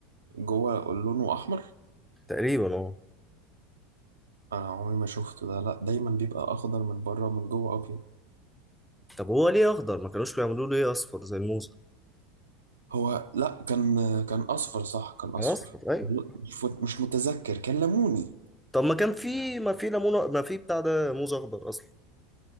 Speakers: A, on the right; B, in the centre.
A: جوه لونه احمر
B: تقريبا اه
A: انا عمري ما شفته ده لا دايما بيبقى اخضر من بره ومن جوه ابيض
B: طب هو ليه اخضر ما كانوش بيعملوه ليه اصفر زي الموزة
A: هو لا كان كان اصفر صح كان اصفر
B: اصفر ايوه
A: مش مش متذكر كان ليموني
B: طب ما كان في ما في ليمون ما في بتاع ده موز اخضر اصلا